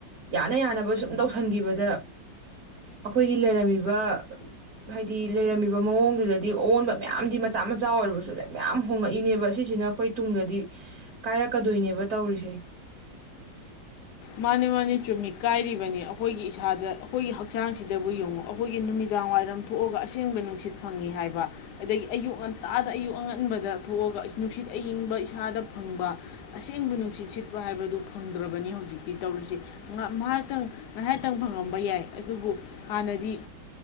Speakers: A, on the right; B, on the left.
A: ꯌꯥꯅ ꯌꯥꯅꯕ ꯁꯨꯝ ꯇꯧꯁꯤꯟꯈꯤꯕꯗ ꯑꯩꯈꯣꯏꯒꯤ ꯂꯩꯔꯝꯃꯤꯕ ꯍꯥꯏꯗꯤ ꯂꯩꯔꯝꯃꯤꯕ ꯃꯑꯣꯡꯗꯨꯗꯗꯤ ꯑꯑꯣꯟꯕ ꯃꯌꯥꯝꯗꯤ ꯃꯆꯥ ꯃꯆꯥ ꯑꯣꯏꯔꯕꯁꯨ ꯂꯥꯏ ꯃꯌꯥꯝ ꯍꯣꯉꯛꯏꯅꯦꯕ ꯑꯁꯤꯁꯤꯅ ꯑꯩꯈꯣꯏ ꯇꯨꯡꯗꯗꯤ ꯀꯥꯏꯔꯛꯀꯗꯣꯏꯅꯦꯕ ꯇꯧꯔꯤꯁꯦ
B: ꯃꯥꯅꯦ ꯃꯥꯅꯦ ꯆꯨꯝꯃꯤ ꯀꯥꯏꯔꯤꯕꯅꯤ ꯑꯩꯈꯣꯏꯒꯤ ꯏꯁꯥꯗ ꯑꯩꯈꯣꯏꯒꯤ ꯍꯛꯆꯥꯡꯁꯤꯗꯕꯨ ꯌꯦꯡꯉꯨ ꯑꯩꯈꯣꯏꯒꯤ ꯅꯨꯃꯤꯗꯥꯡ ꯋꯥꯏꯔꯝ ꯊꯣꯛꯑꯒ ꯑꯁꯦꯡꯕ ꯅꯨꯡꯁꯤꯠ ꯐꯪꯉꯤ ꯍꯥꯏꯕ ꯑꯗꯒꯤ ꯑꯌꯨꯛ ꯉꯟꯇꯥꯗ ꯑꯌꯨꯛ ꯑꯉꯟꯕꯗ ꯊꯣꯛꯑꯒ ꯅꯨꯡꯁꯤꯠ ꯑꯌꯤꯡꯕ ꯏꯁꯥꯗ ꯐꯪꯕ ꯑꯁꯦꯡꯕ ꯅꯨꯡꯁꯤꯠ ꯁꯤꯠꯄ ꯍꯥꯏꯕꯗꯨ ꯐꯪꯗ꯭ꯔꯕꯅꯤ ꯍꯧꯖꯤꯛ ꯇꯤ ꯇꯧꯔꯤꯨꯁꯦ ꯉꯥꯏꯍꯥꯛꯇꯪ ꯉꯥꯏꯍꯥꯛꯇꯪ ꯐꯪꯉꯝꯕ ꯌꯥꯏ ꯑꯗꯨꯕꯨ ꯍꯥꯟꯅꯗꯤ